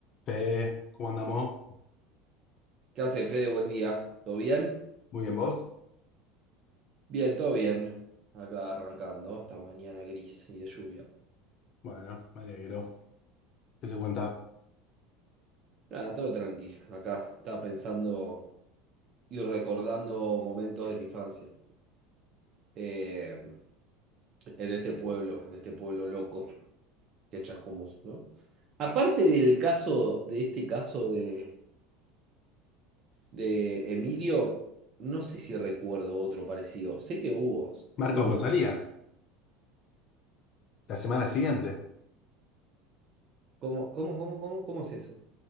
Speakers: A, on the left (about 45°); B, on the right (about 40°).
A: Fe, ¿cómo andamos?
B: ¿Qué hace, Fede? Buen día. ¿Todo bien?
A: Muy bien, ¿vos?
B: Bien, todo bien. Acá arrancando esta mañana gris y de lluvia.
A: Bueno, me alegro. ¿Qué se cuenta?
B: Nada, todo tranqui. Acá estaba pensando y recordando momentos de la infancia. Eh, en este pueblo, en este pueblo loco que es Chascomús, ¿no? Aparte del caso, de este caso de, de Emilio, no sé si recuerdo otro parecido. Sé que hubo,
A: Marcos
B: hubo.
A: Gonzalía, la semana siguiente.
B: ¿Cómo, cómo, cómo, cómo, cómo es eso?